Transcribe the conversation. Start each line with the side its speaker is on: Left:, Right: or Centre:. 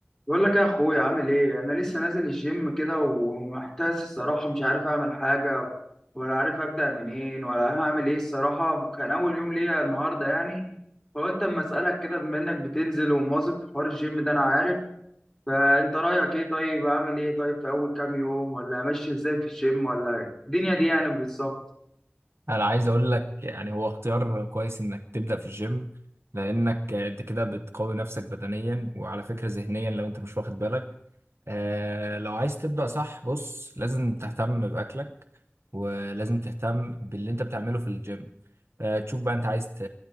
Left: بقول لك يا اخويا عامل ايه انا لسه نازل الجيم كده ومحتاس الصراحه مش عارف اعمل حاجه ولا عارف ابدا منين ولا هعمل ايه الصراحه كان اول يوم ليا النهارده يعني فقلت اما اسالك كده بما انك بتنزل ومواظب في حوار الجيم ده انا عارف فانت رايك ايه طيب اعمل ايه طيب في اول كام يوم ولا امشي ازاي في الجيم ولا الدنيا دي يعني بالظبط
Right: انا عايز اقول لك يعني هو اختيار كويس انك تبدا في الجيم لانك آه، انت كده بتقوي نفسك بدنيا وعلى فكره ذهنيا لو انت مش واخد بالك آه لو عايز تبدا صح بص لازم تهتم باكلك ولازم تهتم باللي انت بتعمله في الجيم آه تشوف بقى انت عايز ت-